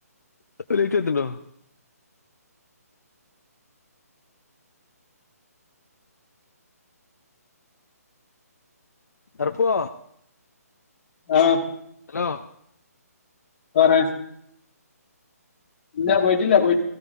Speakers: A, on the left; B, on the left.
A: <unintelligible> ലൈയ്റ്റത്ത്ണ്ടോ? അറപ്പോ
B: ആഹ്
A: ഹലോ
B: പറെ ഇല്ല പോയിട്ടില്ല പോയി